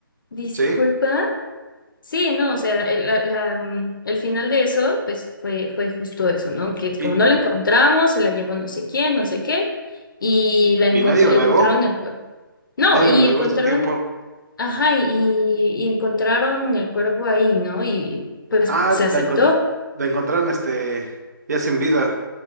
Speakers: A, on the left; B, on the right.
A: Disculpa.
B: Sí,
A: Sí, no, o sea, el, la- la, mm, el final de eso, pues fue, fue justo eso, ¿no? Que es
B: y,
A: como no la encontramos, se la llevó no sé quién, no sé qué, y la
B: y
A: encontr-
B: nadie lo
A: encontraron
B: negó,
A: el cuerpo. No,
B: nadie
A: y
B: lo negó
A: encontraron,
B: en su tiempo.
A: ajá, y, y encontraron el cuerpo ahí, ¿no? Y pues
B: Ah,
A: se aceptó.
B: la, encon- la encontraron este ya sin vida.